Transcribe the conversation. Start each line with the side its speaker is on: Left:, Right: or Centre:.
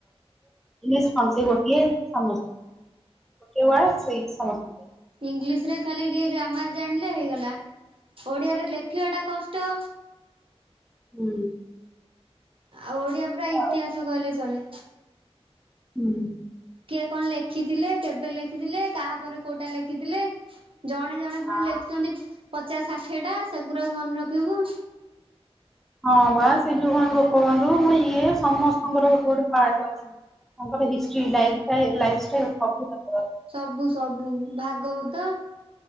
Centre: ଇଂଗିଲିଶ କଣ ସେଇ ଗୋଟିଏ, ସମସ୍ ଗୋଟେ ୱାର୍ଡ ସେଇ ସମସ୍ତଙ୍କୁ। ହଁ
Right: ଇଂଲିଶ ରେ ଖାଲି ଟିକେ ଗ୍ରାମାର ଜାଣିଲେ ହେଇଗଲା, ଓଡିଆରେ ଲେଖିବା ଟା କଷ୍ଟ।
Centre: ହୁଁ।
Right: ଆଉ ଓଡିଆ
Centre: ସେମିତି
Right: ପୁରା ଇତିହାସ
Centre: ଆଉ
Right: କହିଲେ ଚଳେ।
Centre: ହୁଁ।
Right: କିଏ କଣ ଲେଖିଥିଲେ, କେବେ ଲେଖିଥିଲେ, କାହା ପରେ କୋଉଟା ଲେଖିଥିଲେ ଜଣେ ଜଣେ
Centre: ହଁ
Right: ପୁଣି ଲେଖିଚନ୍ତି ପଚାଶ ଷାଠିଏ ଟା, ସେଗୁରାକୁ ମନେ ରଖିବୁ।
Centre: ହଁ ବା, ସେ ଯୋଉ କଣ ଗୋପବନ୍ଧୁ, ମାନେ ଇଏ, ସମସ୍ତଙ୍କର ଗୋଟେ ଗୋଟେ ପାଟ୍ ଅଛି। ତାଙ୍କର history life style, life style ସବୁ ତାଙ୍କର ଅ
Right: ସବୁ ସବୁ ଭାଗବତ